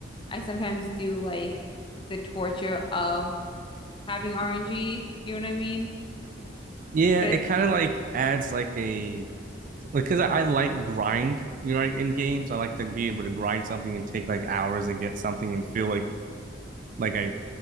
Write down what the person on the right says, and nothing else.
yeah
it
kind of like adds like a because I, I like grind, you know, like in games, I like to be able to grind something and take like hours and get something and feel like like I,